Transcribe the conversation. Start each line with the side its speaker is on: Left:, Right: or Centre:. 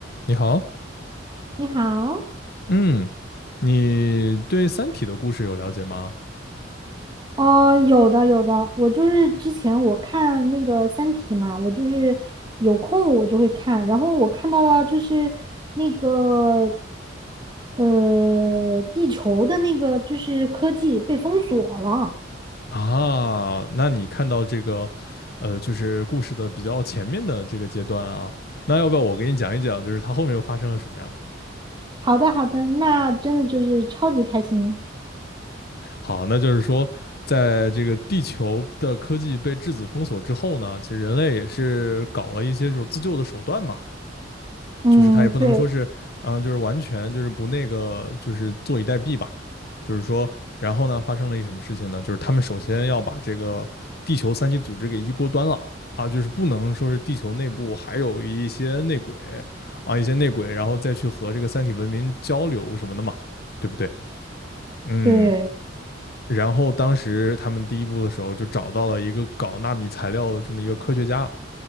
Left: 你好，
Right: 你好，
Left: 嗯，你对《三体》的故事有了解吗？
Right: 哦，有的有的，我就是之前我看那个《三体》嘛，我就是有空我就会看，然后我看到了就是那个呃地球的那个就是科技被封锁了。
Left: 啊，那你看到这个，呃，就是故事的比较前面的这个阶段啊，那要不要我给你讲一讲，就是它后面又发生了什么呀？
Right: 好的好的，那真的就是超级开心。
Left: 好，那就是说，在这个地球的科技被质子封锁之后呢，其实人类也是搞了一些这种自救的手段嘛。
Right: 嗯，
Left: 就是他也不能说是啊、
Right: 对
Left: 就是完全就是不那个，就是坐以待毙吧。就是说，然后呢，发生了一什么事情呢？就是他们首先要把这个地球三级组织给一锅端了啊，就是不能说是地球内部还有一些内鬼啊，一些内鬼，然后再去和这个三体文明交流什么的嘛，对不对？嗯。
Right: 对，
Left: 然后当时他们第一步的时候就找到了一个搞纳米材料的这么一个科学家，